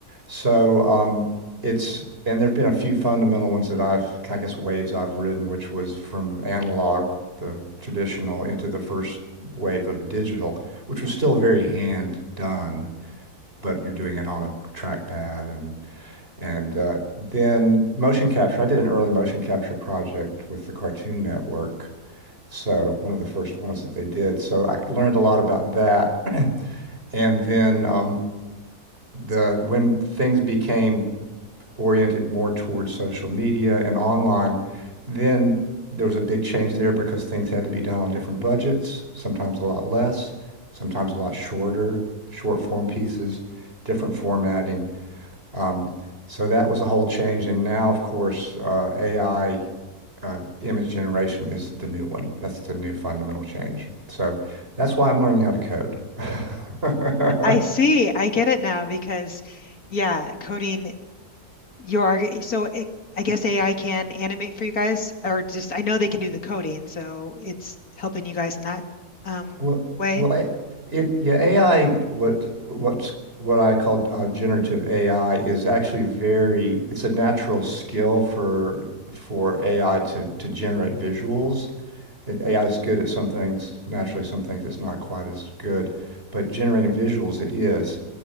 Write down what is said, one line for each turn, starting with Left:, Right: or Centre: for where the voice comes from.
Right: So um, it's, and there have been a few fundamental ones that I've, I guess, waves I've ridden, which was from analog, the traditional, into the first wave of digital, which was still very hand done, but you're doing it on a trackpad and and uh, then motion capture. I did an early motion capture project with the Cartoon Network so one of the first ones that they did. So I learned a lot about that. <clears throat> And then um, the when things became oriented more towards social media and online, then there was a big change there because things had to be done on different budgets, sometimes a lot less, sometimes a lot shorter, short form pieces, different formatting. Um, so that was a whole change. And now, of course, uh, AI uh, image generation is the new one. That's the new fundamental change. So that's why I'm learning how to code. <laughs>
Left: I see. I get it now because, yeah, coding your arg- so it, I guess AI can animate for you guys, or just I know they can do the coding, so it's helping you guys in that um,
Right: Well,
Left: way.
Right: well, I, it yeah, AI. What what's what I call uh, generative AI is actually very. It's a natural skill for for AI to to generate visuals. it, AI is good at some things. Naturally, some things it's not quite as good, but generating visuals it is.